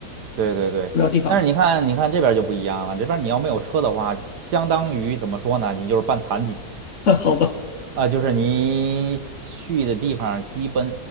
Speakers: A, on the right; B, on the left.
A: 对对对。
B: 主要地方，
A: 但是你看，你看这边儿就不一样了，这边儿你要没有车的话，相当于怎么说呢？你就是半残疾
B: <laughs> 好吧？
A: 啊、就是你去的地方，基本